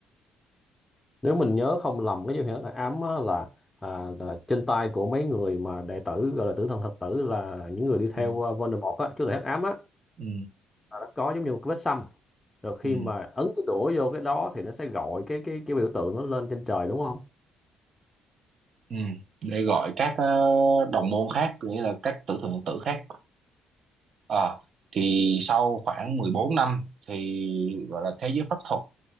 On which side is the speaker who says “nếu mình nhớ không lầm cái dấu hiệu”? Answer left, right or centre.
Left